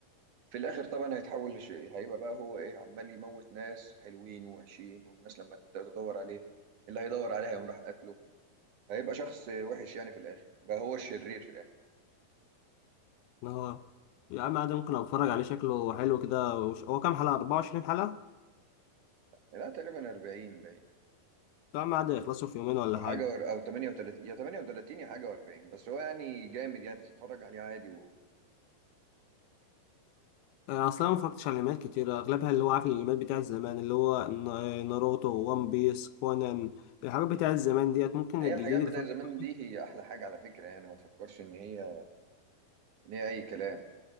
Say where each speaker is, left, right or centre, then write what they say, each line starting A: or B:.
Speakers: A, on the right; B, on the left.
A: في الاخر طبعا هيتحول لش... هيبقى بقى هو ايه عمال يموت ناس حلوين ووحشين والناس لما تبدأ تدور عليه اللي هيدور عليه هيقوم راح قتله هيبقى شخص وحش يعني في الاخر بقى هو الشرير في الاخر
B: آه يا عم عادي ممكن أتفرج عليه شكله حلو كده وش... هو كام حلقة 24 حلقة؟
A: لا تقريبا 40 باين
B: يا عم عادي يخلصوا في يومين ولا
A: او
B: حاجة
A: حاجه ور... او 38 يا 38 يا حاجه و40 بس هو يعني جامد يعني تتفرج عليه عادي ويعجبك
B: آه، أصل أنا مفرجتش على الأنميات كتير أغلبها اللي هو عارف الأنميات بتاع زمان اللي هو نا- ناروتو وان بيس كونان الحاجات بتاع الزمان ديت ممكن
A: هي
B: الجديد
A: الحاجات
B: اللي
A: بتاعت
B: ف...
A: زمان دي هي احلى حاجه على فكره يعني ما تفكرش ان هي ان هي اي كلام